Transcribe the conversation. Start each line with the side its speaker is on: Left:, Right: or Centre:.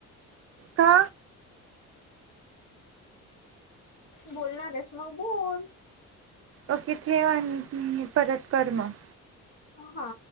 Right: का?
Left: बोलणार रेश म बोल.
Right: ओके ठेव आणिी परत कर मग
Left: ह हा